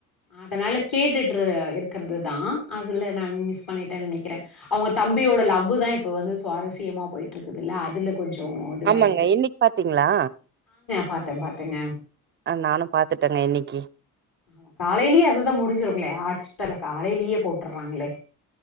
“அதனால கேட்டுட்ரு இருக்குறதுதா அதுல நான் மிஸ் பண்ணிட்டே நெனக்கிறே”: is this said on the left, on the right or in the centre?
Left